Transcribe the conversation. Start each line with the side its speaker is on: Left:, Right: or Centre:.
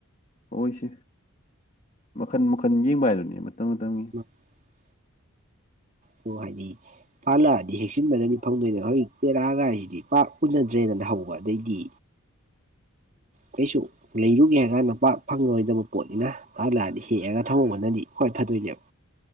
Left: ꯍꯣꯏꯁꯦ ꯃꯈꯟ ꯃꯈꯟ ꯌꯦꯡꯕ ꯍꯥꯏꯗꯨꯅꯦ ꯃꯇꯝ ꯃꯇꯝꯒꯤ
Right: <unintelligible> ꯑꯗꯣ ꯍꯥꯏꯗꯤ ꯐꯥꯜꯂꯛꯑꯗꯤ ꯍꯦꯛꯆꯟꯕꯅꯗꯤ ꯐꯪꯗꯣꯏꯅꯦꯕ ꯍꯧꯖꯤꯛ ꯇꯦꯔꯥ ꯒꯥꯔꯤꯁꯤꯗꯤ ꯄꯥꯛ ꯎꯅꯗ꯭ꯔꯦꯗꯅ ꯍꯧꯕ ꯑꯗꯩꯗꯤ ꯀꯩꯁꯨ ꯂꯩꯔꯨꯒꯦ ꯍꯥꯏꯔ ꯀꯥꯟꯗ ꯄꯥꯛ ꯐꯪꯉꯔꯣꯏꯗꯕ ꯄꯣꯠꯅꯤꯅ ꯃꯥ ꯂꯥꯛꯑꯗꯤ ꯍꯦꯛꯑꯒ ꯊꯝꯍꯧꯕꯅꯗꯤ ꯍꯣꯏ ꯐꯗꯣꯏꯅꯦꯕ